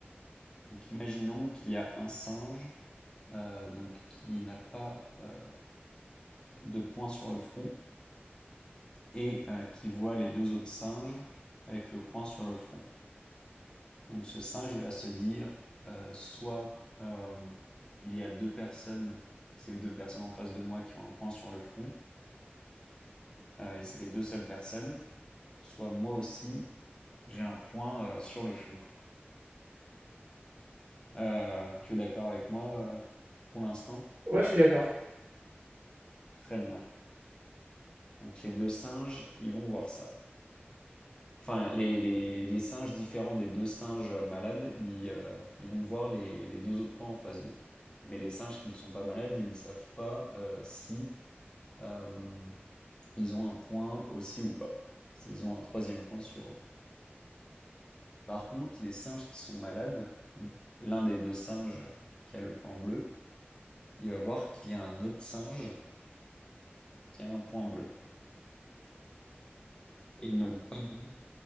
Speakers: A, on the left; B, on the right.
A: Donc, imaginons qu'il y a un singe euh, donc qui n'a pas euh, de point sur le front et euh, qui voit les deux autres singes avec le point sur le front. Donc, ce singe, il va se dire euh, soit euh, il y a deux personnes, c'est les deux personnes en face de moi qui ont un point sur le front euh, et c'est les deux seules personnes, soit moi aussi j'ai un point euh, sur le front. Euh, tu es d'accord avec moi euh, pour l'instant?
B: Ouais, je suis d'accord.
A: Très bien. Donc les deux singes, ils vont voir ça. Enfin, les, les, les singes différents des deux singes malades, ils, euh, ils vont voir les, les deux autres points en face d'eux. Mais les singes qui ne sont pas malades, ils ne savent pas euh, si euh, ils ont un point aussi ou pas. S'ils ont un troisième point sur eux. Par contre, les singes qui sont malades, l'un des deux singes qui a le point bleu, il va voir qu'il y a un autre singe qui a un point bleu. et il ne veut pas voir